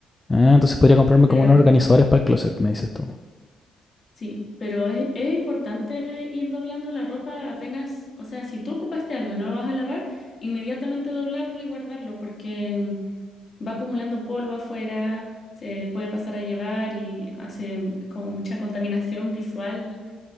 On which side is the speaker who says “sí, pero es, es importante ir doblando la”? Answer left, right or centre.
Left